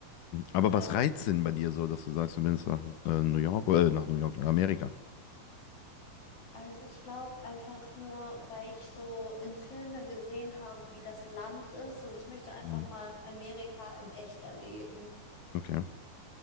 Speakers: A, on the left (about 75°); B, on the left (about 60°).
A: Aber
B: ja.
A: was
B: Ich,
A: reizt denn bei dir so, dass du sagst, du willst nach äh, New York oder äh, nach New York, nach Amerika?
B: also ich glaube einfach nur, weil ich so in Filmen gesehen habe, wie das Land ist und ich möchte einfach
A: Mhm.
B: mal Amerika im Echt erleben.
A: Okay,